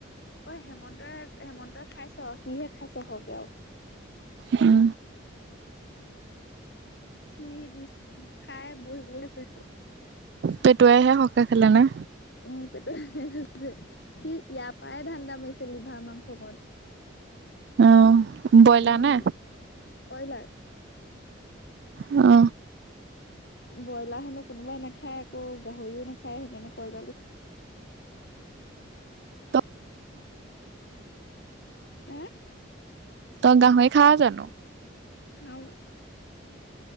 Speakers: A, on the left; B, on the right.
A: ঐ হেমন্তই হেমন্তই খাইছে সিহে খাইছে সৰহকে
B: উম
A: যি দিছ খাই বৈ শুই আছে সেটো
B: পেটুৱাইহে সৰহকে খালে না
A: উম পেটুৱাইহে খাইছে সি ইয়াৰ পৰাই ধান্দা মাৰিছে লিভাৰ মাংসকন
B: অ ব্ৰইলাৰ
A: মন
B: নে
A: কয়লাৰ
B: অ
A: ব্ৰইলাৰ হেনো কোনোবাই নাখায় আকৌ গাহৰিও নাখায় সেইকাৰণে কয়লাৰ লৈছো
B: তই
A: এহ
B: তই গাহৰি খাৱ জানো
A: খাওঁ